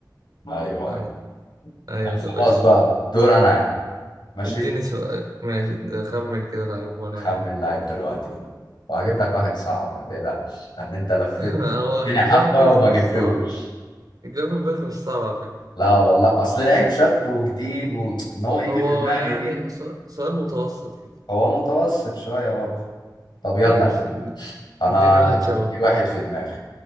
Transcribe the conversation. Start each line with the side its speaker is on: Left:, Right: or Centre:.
Left: ايوه ايوه
Right: آه،
Left: ايوه
Right: ايوه
Left: طب
Right: طب
Left: خلاص
Right: قشطة
Left: بقى دور انا يا عم ماشي
Right: اديني سؤال ماشي خمن كده لعيب وانا
Left: اخمن لعيب دلوقتي وهجيب لك واحد صعب ما تقلقش يعني انت لفيت
Right: <laughs> هو
Left: الدنيا
Right: جافنبرخ
Left: حبه وما
Right: مش
Left: جبتوش
Right: صعب جافنبرخ مش صعب على فكرة
Left: لا والله اصل لعيب شاب وجديد وان هو يجي
Right: هو
Left: في دماغي
Right: يعني
Left: دي
Right: سؤ- سؤال متوسط كده
Left: هو متوسط شوية برضه طب يلا
Right: ماشي اد-
Left: أنا
Right: اديني واحد شبه
Left: في واحد
Right: كده
Left: في دماغي